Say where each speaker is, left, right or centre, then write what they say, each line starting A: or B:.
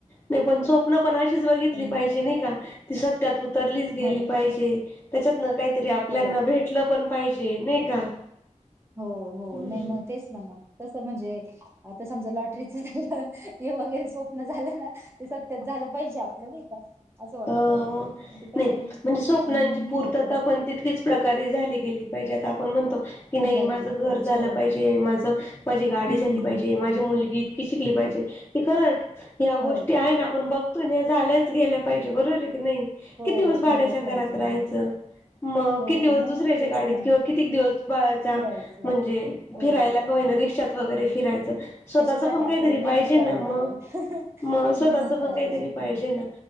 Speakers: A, on the left (about 20°); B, on the right (about 20°).
A: नाही पण स्वप्न पण अशीच बघितली
B: पण
A: पाहिजे नाही का ती सत्यात उतरलीच गेली
B: ह
A: पाहिजे त्याच्यातनं काहीतरी आपल्याना
B: हो
A: भेटलं पण पाहिजे नाही का?
B: हो हो
A: हम्म.
B: नाही मग तेच ना मग तसं म्हणजे आता समजा लॉटरीच झालं हे वगैरे स्वप्न झालं ना. ते सत्यात झालं पाहिजे आपलं नाही का? असं वाटतं
A: अ
B: ते कसं
A: नाही
B: हम्म
A: म्हणजे स्वप्नांची
B: नाही
A: पूर्तता
B: होत असं
A: पण तितकीच प्रकारे झाली गेली पाहिजे आता आपण म्हणतो. की नाही
B: झाली
A: माझं
B: गेली
A: घर
B: पाहिजे
A: झालं
B: हो
A: पाहिजे माझं माझी गाडी
B: हम्म
A: झाली पाहिजे माझी मुलगी शिकली पाहिजे खरंच ह्या
B: हो
A: गोष्टी आहे ना आपण बघतोय झाल्याच गेल्या पाहिजे बरोबर आहे की नाही
B: हो
A: किती दिवस भाड्याच्या
B: झालंच
A: घरात
B: पाहिजे
A: राहायचं.
B: हो
A: मग
B: हो
A: किती दिवस
B: मग
A: दुसऱ्याच्या
B: तेच
A: गाडीत
B: ना
A: किंवा किती दिवस बाळाचा
B: फिरायचं
A: म्हणजे
B: हो
A: फिरायला कावाई ना रिक्षात वगैरे फिरायचं. स्वतःच
B: त्याच्यासाठी
A: पण काहीतरी
B: आपल्याला मेहनत
A: पाहिजे
B: कराव
A: ना मग
B: लागेल
A: मग स्वतःच
B: मेहनत
A: पण
B: करावी
A: काहीतरी
B: लागते
A: पाहिजे ना.